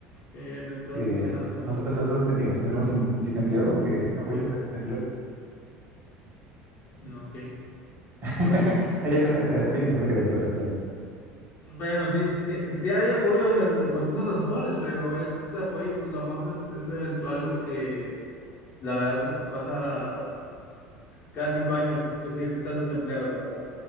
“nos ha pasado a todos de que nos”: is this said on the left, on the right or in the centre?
Right